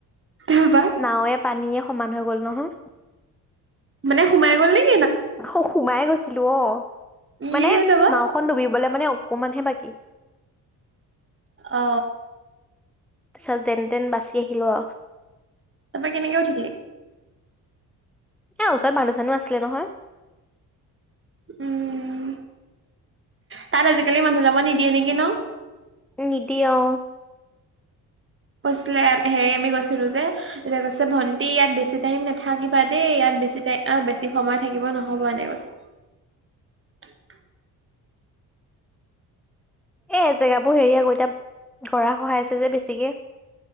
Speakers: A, on the right; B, in the centre.
A: তাৰপা
B: নাওয়ে পানীয়ে সমান হৈ গ'ল নহয়।
A: মানে সোমাই গ'ল নে
B: অ', সোমাই গৈছিলো অ,
A: ইয়ে
B: মানে
A: তাৰপা
B: নাওখন ডুবিবলৈ মানে অকমানহে বাকী
A: আ,
B: তাৰছত যেন তেন বাচি আহিলোঁ আৰু।
A: তাৰপা কেনেকে উঠিলি?
B: এ ওচৰত মানুহ চানো আছিলে নহয়।
A: উম, তাত আজিকালি মানুহ যাব নিদিয়ে নেকি ন'?
B: নিদিয়ে অ',
A: কৈছিলে হেৰি আমি কৈছিলো যে এ কৈছে ভন্টি ইয়াত বেছি টাইম নাথাকিবা দেই ইয়াত বেছি টাই অ, বেছি সময় থাকিব নহব এনেকে কৈছে।
B: এ জেগাবোৰ হেৰি আগৌ এতিয়া ঘৰা সহায়ছে যে বেছিকে।